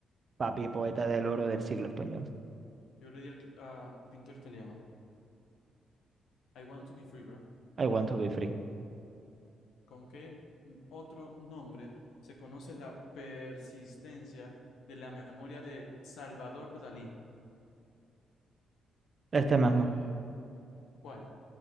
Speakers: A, on the right (about 40°); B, on the left (about 80°).
A: papi, poeta del oro del siglo español.
B: Yo le di al a pintor italiano. I want to be free, bro.
A: I want to be free.
B: ¿Con qué otro nombre se conoce la persistencia de la memoria de Salvador Dalí?
A: Este mismo.
B: Eh, ¿cuál?